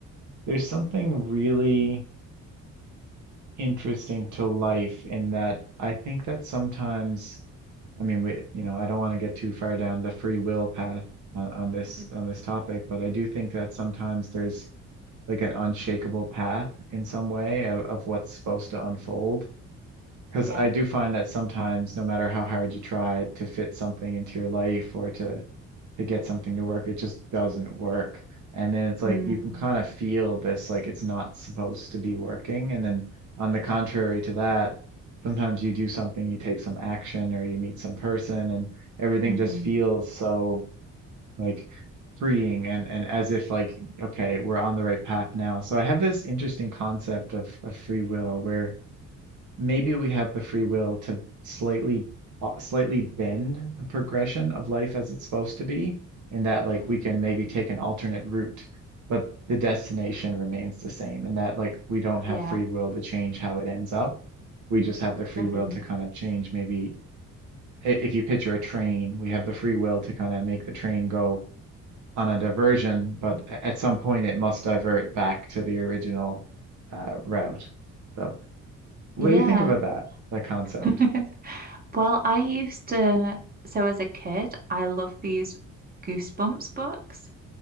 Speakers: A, on the right; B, on the right.
A: there's something really interesting to life in that I think that sometimes I mean we you know, I don't want to get too far down the free will path on, on this
B: Mhm.
A: on this topic, but I do think that sometimes there's like an unshakable path in some way of, of what's supposed to unfold. Because
B: Yeah.
A: I do find that sometimes, no matter how hard you try to fit something into your life or to to get something to work, it just doesn't work. And then it's like
B: Mm.
A: you can kind of feel this, like it's not supposed to be working. And then on the contrary to that, sometimes you do something, you take some action or you meet some person and everything
B: hmm
A: just feels so like freeing and, and as if like, okay, we're on the right path now. So I have this interesting concept of, of free will where maybe we have the free will to slightly uh, slightly bend the progression of life as it's supposed to be in that like
B: Mhm.
A: we can maybe take an alternate route but the destination remains the same and that like we don't have
B: Yeah.
A: free will to change how it ends up we just have the free
B: Mhm.
A: will to kind of change maybe i- if you picture a train we have the free will to kind of make the train go on a diversion but a- at some point it must divert back to the original uh, route so what
B: Yeah.
A: do you think about that that concept
B: <laughs> Well, I used to, so as a kid, I loved these Goosebumps books.